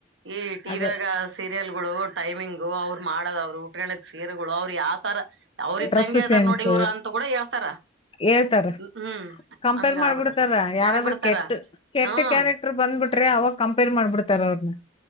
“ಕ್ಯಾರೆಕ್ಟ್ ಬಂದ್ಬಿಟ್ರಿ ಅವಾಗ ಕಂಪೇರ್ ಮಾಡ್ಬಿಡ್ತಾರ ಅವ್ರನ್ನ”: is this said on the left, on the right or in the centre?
Left